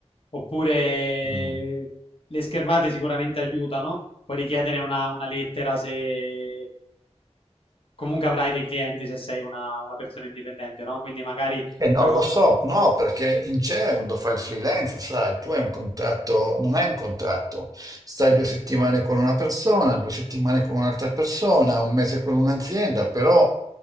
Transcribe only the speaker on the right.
Mm.
Eh, non
lo so, no, perché in genere quando fai il freelance, sai, tu hai un contratto, non hai un contratto, stai due settimane con una persona, due settimane con un'altra persona, un mese con un'azienda, però